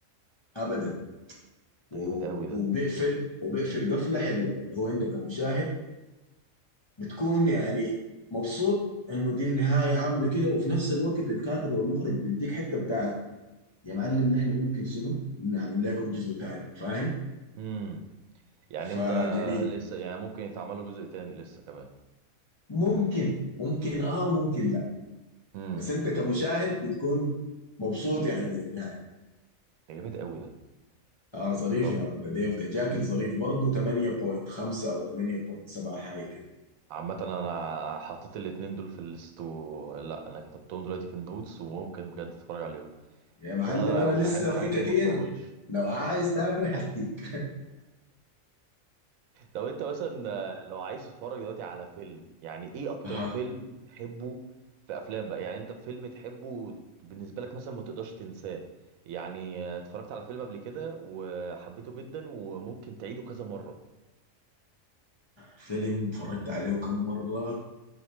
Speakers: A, on the left; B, on the right.
A: ابدا وب-
B: ده جامد قوي
A: وبيقفل
B: ده
A: وبيقفل قفله حلوه اللي هو انت كمشاهد بتكون يعني مبسوط انه دي النهايه عامله كده وفي نفس الوقت الكاتب والمخرج بيديك حته بتاعت يا معلم نحن ممكن شنو نعمل لكم جزء ثاني فاهم
B: امم يعني
A: فجميل
B: انت لسه يعني ممكن يتعمل له جزء تاني لسه كمان
A: ممكن ممكن اه ممكن
B: امم
A: بس انت كمشاهد بتكون مبسوط يعني من النهايه
B: ده جامد قوي ده
A: اه ظريف
B: طب
A: يا مان ده ديف ده جاكل ظريف برضه 8.5 او 8.7 حاجه كده
B: عامة انا حطيت الاتنين دول في الليست و... لا انا كتبتهم دلوقتي في النوتس وممكن بجد اتفرج عليهم
A: يا
B: وكمان
A: معلم
B: انا
A: انا
B: بحب
A: لسه
B: حاجات
A: في كتير
B: اللي ما تطولش
A: لو عايز تاني حديك
B: لو انت مثلا آه، لو عايز تتفرج دلوقتي على فيلم يعني ايه اكتر
A: اها
B: فيلم تحبه في افلام بقى يعني انت فيلم تحبه بالنسبة لك مثلا ما تقدرش تنساه يعني آه، اتفرجت على فيلم قبل كده وحبيته جدا وممكن تعيده كذا مرة
A: فيلم اتفرجت عليه كم مره